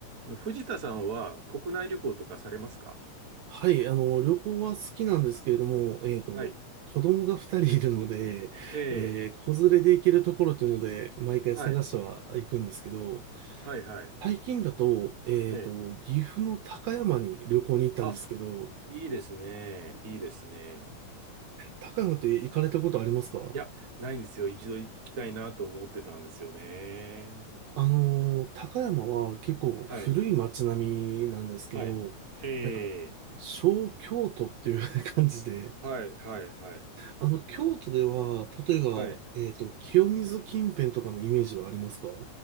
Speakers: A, on the right; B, on the right.
A: あの藤田さんは国内旅行とかされますか
B: はい、あの、旅行は好きなんですけれども、えっと、
A: はい。
B: 子供が二人いるので、
A: ええ、
B: えー、子連れで行けるところっていうので、毎回探しては行くんですけど、
A: はい。はい、はい。
B: 最近だと、えっと、
A: ええ。
B: 岐阜の高山に旅行に行ったんですけど、
A: あ、いいですね。いいですね。
B: 高山って行かれたことありますか
A: いや、ないんですよ。一度行きたいなと思ってたんですよね。
B: あのー、高山は結構古い街並みなんですけど、
A: はい、はい。え
B: なんか、
A: え、
B: 小京都っていう <laughs> 感じで、
A: はい、はい、はい。
B: あの、京都では、例えば、
A: はい。
B: えっと、清水近辺とかのイメージはありますか